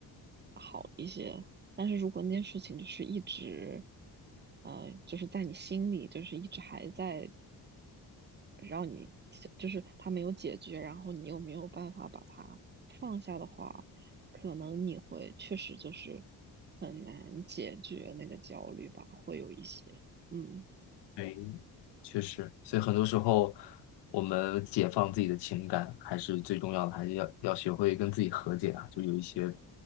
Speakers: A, on the right; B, on the left.
A: 好一些。但是如果那件事情就是一直，呃，就是在你心里，就是一直还在让你就是他没有解决，然后你又没有办法把它放下的话，可能你会确实就是很难解决那个焦虑吧，会有一些，嗯
B: 对，确实，所以很多时候我们解放自己的情感还是最重要的，还是要要学会跟自己和解啊，就有一些